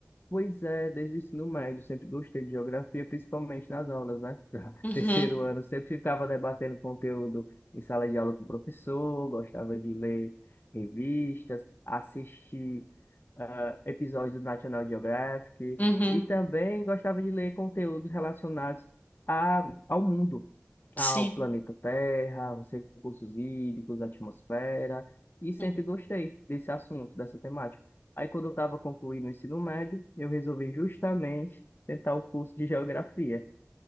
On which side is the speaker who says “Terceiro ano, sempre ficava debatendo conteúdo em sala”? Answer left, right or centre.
Left